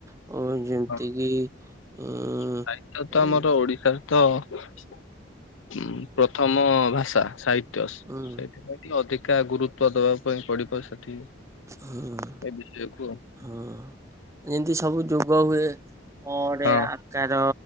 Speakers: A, on the right; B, on the left.
A: ଓ ଯେମିତି
B: ହଁ
A: କିି ଉଁ
B: ସାହିତ୍ୟ ତ
A: ଉଁ
B: ଆମର ଓଡିଶାର ତ <inaudible> ପ୍ରଥମ ଭାଷା ସାଇତ୍
A: ଉଁ
B: ସେଇଥିପାଇଁ ଟିକ ଅଧିକ କା ଗୁରୁତ୍ୱ ଦେବା ପାଇଁ ପଡ଼ିବ ସେଠି
A: ଉଁ
B: ଏ ବିଷୟ କୁହ <inaudible>
A: ହଁ ଯେମିତି ସବୁ ଯୋଗ ହୁଏ କ
B: ହଁ
A: ଆକାର